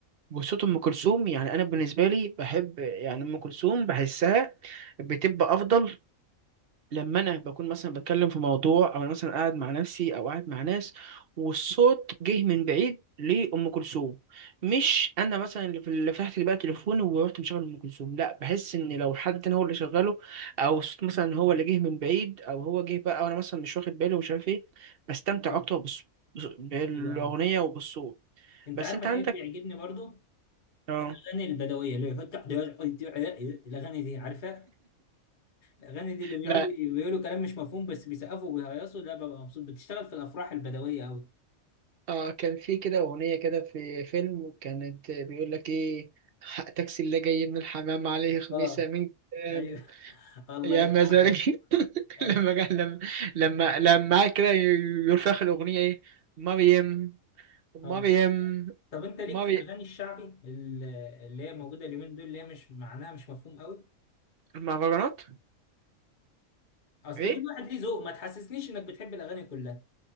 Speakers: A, on the right; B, on the left.
A: وصوت ام كلثوم يعني انا بالنسبه لي بحب يعني ام كلثوم بحسها بتبقى افضل لما انا بكون مثلا بتكلم في موضوع او انا مثلا قاعد مع نفسي او قاعد مع ناس والصوت جه من بعيد لام كلثوم مش انا مثلا اللي في- اللي فتحت بقى تليفوني ورحت مشغل ام كلثوم لا بحس ان لو حد تاني هو اللي شغله او الصوت مثلا هو اللي جه من بعيد او هو جه بقى وانا مثلا مش واخد بالي ومش عارف ايه بستمتع
B: آه.
A: اكتر بص... بص- بالاغنيه
B: ايوه ايوه
A: وبالصوت
B: انت
A: بس
B: عارف
A: انت
B: انا
A: عندك
B: ايه اللي بيعجبني برضو
A: اه
B: الاغاني البدويه اللي هي <laughs> الأغاني دي عارفة الاغاني دي اللي بيقعدوا
A: لا
B: يقولوا كلام مش مفهوم بس بيسقفوا وبيهيصوا ده ببقى مبسوط بتشتغل في الافراح البدويه قوي
A: اه كان في كده أغنية كده في فيلم كانت بيقول لك إيه حق تاكسي اللي جاي من الحمام عليه خميسة
B: اه
A: من كام
B: ايوه <laughs> الله
A: يا
B: يفتح
A: مزاجي
B: عليك
A: <laughs>
B: ايوه
A: لما جه لما لما لما قعد كده يرفخ الأغنية إيه مريم مريم
B: اه طب انت ليك
A: مريم
B: في الاغاني الشعبي ال- اللي هي موجوده اليومين دول اللي هي مش معناها مش مفهوم قوي
A: المهرجانات
B: اصل
A: إيه
B: كل واحد ليه ذوق ما تحسسنيش انك بتحب الاغاني كلها